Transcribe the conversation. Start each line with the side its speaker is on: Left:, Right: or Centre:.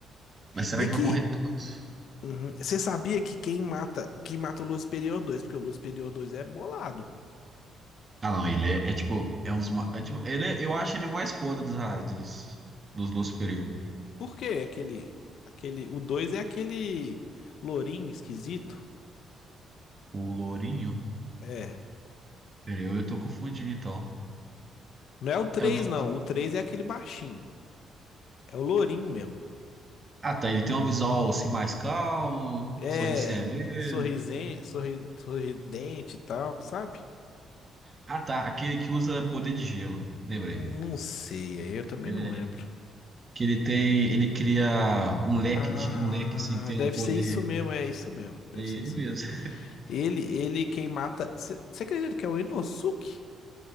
Right: Mas será
Left: E aqui,
Right: que vai morrer todos?
Left: uhum, você sabia que quem mata, quem mata o Lua Superior dois Porque o Lua Superior 2 é bolado.
Right: Ah, não, ele é, é tipo, é uns. ma- é tipo, ele é- eu acho ele o mais foda dos, ra- dos, dos Lua Superior.
Left: Por quê? Aquele, aquele, o 2 é aquele lourinho esquisito.
Right: O Lourinho?
Left: É.
Right: Peraí, eu, eu tô confundindo então.
Left: Não é o 3
Right: É o do.
Left: não. O 3 é aquele baixinho. É o lourinho mesmo.
Right: Ah, tá, ele tem um visual assim mais calmo,
Left: É
Right: sorriso sereno.
Left: sorrisen, sorri, sorridente e tal, sabe?
Right: Ah, tá, aquele que usa poder de gelo, lembrei.
Left: Não sei, aí eu também
Right: Ele
Left: não
Right: é.
Left: lembro.
Right: Que ele tem. Ele cria um leque,
Left: Ah,
Right: de, um leque assim, que tem
Left: deve
Right: um poder.
Left: ser isso mesmo, é isso mesmo. Deve
Right: É ele
Left: ser isso
Right: mesmo.
Left: mesmo. Ele, ele quem mata. Você acredita que é o Inosuke?